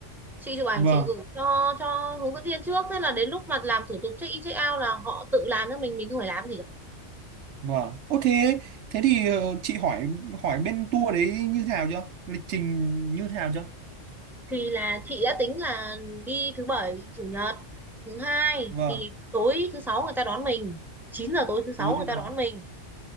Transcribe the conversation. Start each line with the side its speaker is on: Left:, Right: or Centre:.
Centre: chị chụp ảnh
Right: vâng
Centre: chị gửi cho cho hướng dẫn viên trước thế là đến lúc mà làm thủ tục check in check out là họ tự làm cho mình mình không phải làm gì
Right: vâng ô thế thế thì ờ, chị hỏi hỏi bên tour đấy như thế nào chưa lịch trình như thế nào chưa
Centre: thì là chị đã tính là đi thứ bảy chủ nhật thứ hai
Right: vâng
Centre: thì tối thứ sáu người ta đón mình chín giờ tối thứ sáu
Right: tối
Centre: người
Right: thứ
Centre: ta
Right: sáu
Centre: đón mình